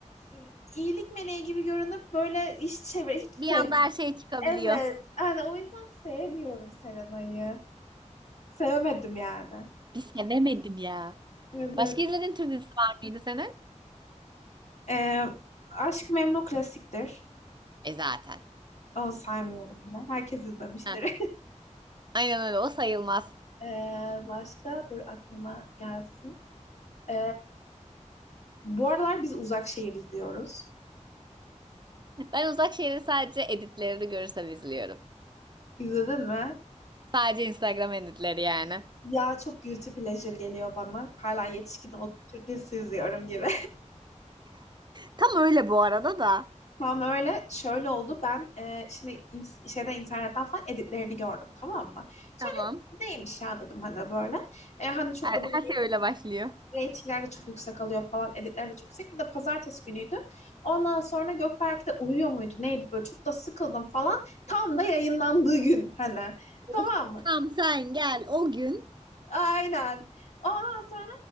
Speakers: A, on the left; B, on the right.
A: e, iyilik meleği gibi görünüp böyle iş çevir hiç sevmiyorum.
B: Bir anda her şey çıkabiliyor.
A: Evet. Yani o yüzden sevmiyorum Serena'yı. Sevemedim yani.
B: Bir sevemedim ya.
A: Evet.
B: Başka izlediğin Türk dizisi var mıydı senin?
A: Ee, Aşk-ı Memnu klasiktir.
B: E zaten.
A: Onu saymıyorum bile. Herkes izlemiştir.
B: Heh.
A: <laughs>
B: Aynen öyle o sayılmaz.
A: Ee, başka dur aklıma gelsin. Ee, bu aralar biz Uzak Şehir izliyoruz.
B: Ben Uzak Şehir'i sadece editlerini görürsem izliyorum.
A: İzledin mi?
B: Sadece Instagram editleri yani.
A: Ya çok guilty pleasure geliyor bana. Hala yetişkin olup Türkçesi izliyorum gibi.
B: Tam öyle bu arada da.
A: <laughs> Tam öyle şöyle oldu. Ben e, şimdi in- şeyden internetten falan editlerini gördüm tamam mı? Sonra
B: Tamam.
A: neymiş ya dedim hani böyle. E, hani çok
B: Her,
A: da böyle
B: her şey öyle başlıyor.
A: Reytingler de çok yüksek alıyor falan. Editler de çok yüksek. Bir de pazartesi günüydü. Ondan sonra Gökberk de uyuyor muydu? Neydi böyle? Çok da sıkıldım falan. Tam da yayınlandığı gün hani.
B: Oh,
A: Tamam mı?
B: tam sen gel o gün.
A: Aynen. Ondan sonra